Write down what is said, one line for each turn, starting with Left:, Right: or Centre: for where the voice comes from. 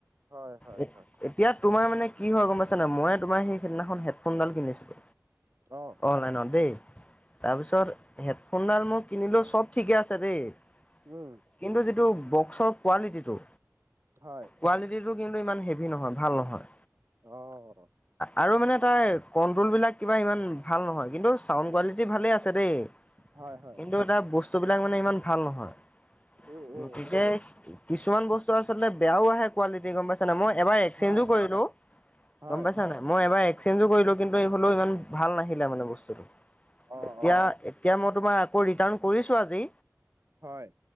Right: হয় হয়
Left: এ
Right: হয়,
Left: এতিয়া তোমাৰ মানে কি হয় গম পাইছ নে মই তোমাৰ সেই সেইদিনাখন হেডফোনডাল কিনিছিলো
Right: অ',
Left: অনলাইনত দেই তাৰপিছত হেডফোনডাল মই কিনিলোঁ চব ঠিকে আছে দেই কিন্তু
Right: উম।
Left: যিটো বক্সৰ কোৱালিটিটো
Right: হয়।
Left: কোৱালিটিটো কিন্তু ইমান হেভি নহয় ভাল নহয়।
Right: অ'।
Left: আৰু মানে তাৰ কণ্ট্ৰলবিলাক কিবা ইমান ভাল নহয় কিন্তু চাউণ্ড কোৱালিটি ভালেই আছে দেই
Right: হয় হয়,
Left: কিন্তু এটা বস্তুবিলাক মানে ইমান ভাল নহয়।
Right: উম উম,
Left: গতিকে কিছুমান বস্তু আচলতে বেয়াও আহে কোৱালিটি গম পাইছ নে মই এবাৰ এক্সেঞ্জো
Right: হয়
Left: কৰিলো
Right: হয়। হয়,
Left: গম পাইছা নাই মই এবাৰ এক্সচেঞ্জো কৰিলো কিন্তু হ'লেও ইমান ভাল নাহিলে মানে বস্তুটো
Right: অ',
Left: এতিয়া
Right: অ',
Left: এতিয়া তোমাৰ আকৌ ৰিটাৰ্ণ কৰিছো আজি।
Right: হয়